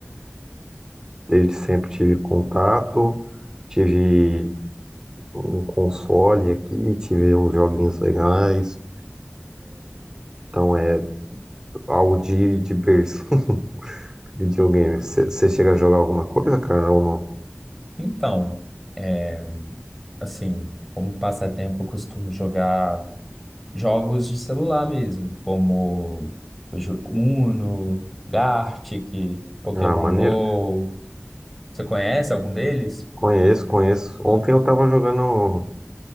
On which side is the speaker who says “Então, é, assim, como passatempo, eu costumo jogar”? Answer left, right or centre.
Centre